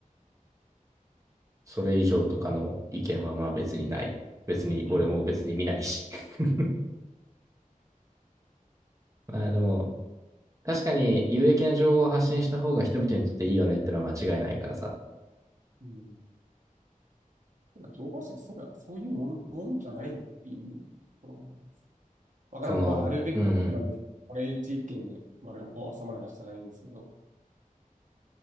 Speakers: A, on the right; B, on the right.
A: それ以上とかの意見はまあ別にない。別に、
B: ど。
A: 俺も別に見ないし。
B: うん。
A: <laughs> まあ、でも、確かに有益な情報を発信した方が人々にとっていいよねってのは間違いないからさ。
B: うん。ただ情報誌、そうだ、そういうもん、もんじゃないのっていうところもあります。わかんない。
A: その、
B: まあ、あるべきな部分、
A: うんうん。
B: これ一意見で、まあ、収まる話じゃないんですけど。